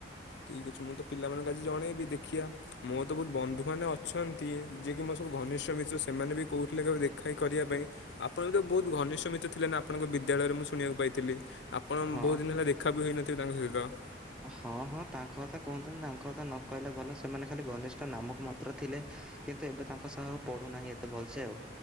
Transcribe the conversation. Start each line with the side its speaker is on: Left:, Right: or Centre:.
Left: ଠିକ ଅଛି। ମୁଁ ତ ପିଲାମାନଙ୍କୁ ଆଜି ଜଣେଇବି ଦେଖିବା ମୋର ତ ବହୁତ ବନ୍ଧୁ ମାନେ ଅଛନ୍ତି ଯିଏକି ମୋର ସବୁ ଘନିଷ୍ଠ ମିତ୍ର ସେମାନେ ବି କହୁଥିଲେ କେବେ ଦେଖା ହେଇ କରିବା ପାଇଁ ଆପଣ ବି ତ ବହୁତ ଘନିଷ୍ଠ ମିତ୍ର ଥିଲେ ନା ଆପଣଙ୍କ ବିଦ୍ୟାଳୟରେ ମୁଁ ଶୁଣିବାକୁ ପାଇଥିଲି। ଆପଣ
Centre: ହଁ
Left: ବହୁତ ଦିନ ହେଲା ଦେଖା ବି ହୋଇନଥିଲେ ତାଙ୍କ ସହିତ। ର
Centre: ହଁ ହଁ ତାଙ୍କ କଥା କହନ୍ତୁନି। ତାଙ୍କ କଥା ନ କହିଲେ ଭଲ। ସେମାନେ ଖାଲି ଘନିଷ୍ଠ ନାମକୁ ମାତ୍ର ଥିଲେ। କିନ୍ତୁ ଏବେ ତାଙ୍କ ସହ ପଡୁନାହିଁ ଏତେ ଭଲସେ ଆଉ।